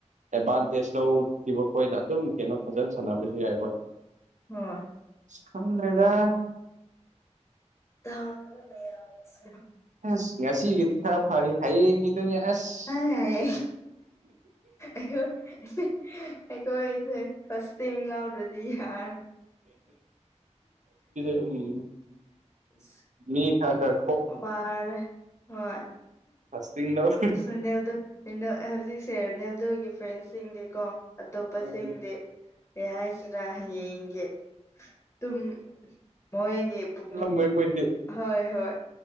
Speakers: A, on the right; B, on the left.
A: ꯑꯦꯗꯚꯥꯟꯇꯦꯖ ꯂꯧꯈꯤꯕꯈꯣꯏꯅ ꯑꯗꯨꯝ ꯀꯩꯅꯣ ꯐꯖꯅ ꯁꯥꯟꯅꯕꯁꯨ ꯌꯥꯏ ꯍꯈꯣꯏ
B: ꯍ
A: ꯈꯟ꯭ꯔꯦꯗ
B: ꯠꯇꯒ ꯃꯁ
A: ꯑꯁ ꯉꯁꯤꯒꯤꯗꯤ ꯈꯔ ꯐꯔꯤ ꯍꯥꯏꯩꯌꯦꯗ ꯑꯁ
B: ꯑ ꯌꯥꯏ ꯑꯣ ꯀꯣꯁꯦ ꯐꯁ ꯊ ꯕꯤꯍꯥ
A: ꯎ
B: ꯎꯝ
A: ꯃꯤ ꯈꯔꯗꯔ
B: ꯋꯥꯔ ꯍꯣꯏ
A: ꯐꯥꯁꯇꯤꯡ ꯂꯧ
B: ꯁꯗꯦꯜꯗ ꯍꯧꯖꯤꯛꯁꯦ ꯅꯜꯗꯨꯒꯤ ꯐ꯭ꯔꯦꯟꯁꯤꯡꯗꯤꯀꯣ ꯑꯇꯣꯞꯄꯁꯤꯡꯗꯤ
A: ꯎꯝ
B: ꯀꯩ ꯍꯥꯏꯁꯤꯔ ꯍꯌꯦꯡꯒꯤ ꯇꯨꯝ ꯃꯣꯏꯒꯤ ꯄꯨꯛꯅꯤꯡ
A: ꯃꯣꯏ ꯃꯣꯏꯗꯤ
B: ꯍꯣꯏ ꯍꯣꯏ